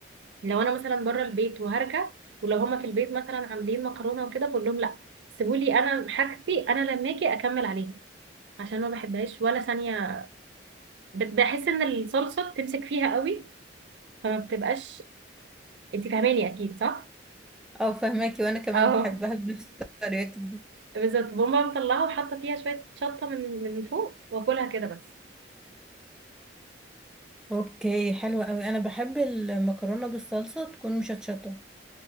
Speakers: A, on the right; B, in the centre.
A: لو انا مثلا بره البيت وهرجع ولو هما في البيت مثلا عاملين مكرونه وكده بقول لهم لا سيبولي انا حاجتي انا لما اجي اكمل عليها عشان ما بحبهاش ولا ثانيه بت- بحس ان الصلصه بتمسك فيها قوي فما بتبقاش انت فاهماني اكيد صح
B: او فهماكي وانا كمان
A: اهو
B: بحبها بنفس طريقتك دي
A: بالظبط بقوم مطلعه وحاطه فيها شويه شطه من من فوق واكلها كده بس
B: اوكي حلوه قوي انا بحب المكرونه بالصلصه تكون مشطشطه